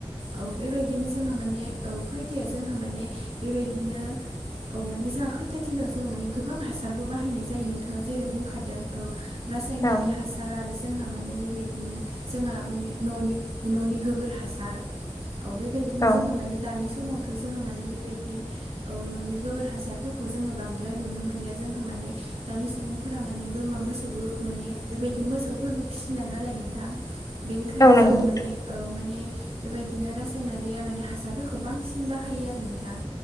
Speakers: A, on the right; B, on the left.
A: औ बेबायदिनो जोंहा माने औ खैथाया जोंहा माने बेबायदिनो औ माने जोंहा खैथा थिलाव जो मान गोनां हासार हार बाहायनाय जायो नोंथाङा जेरै बुंखादों ओ रासायनारि
B: औ
A: हासार हासार आरो जोंहा माने बेबायदिनो जोंहा माने न'नि न'नि गोबोर हासार औ बेबायदिनो
B: औ
A: जोंहा माने दानि समाव जोङो माने बेबायदि औ न'नि गोबोर ह जोङो बांद्राय नुनो मोनलिया जोंहा माने दानि सुबुंफोरा माने बोरमा मोसौबो माने बेबायदि मोसौफोरबो फिसिला नालाय नोंथां। बेनिखायनो
B: औ नंगौ
A: जोंहा माने औ माने बेबायदिनो रासायनारिया माने हासारफोरखौ बांसिन बाहायो आरो नोंथां।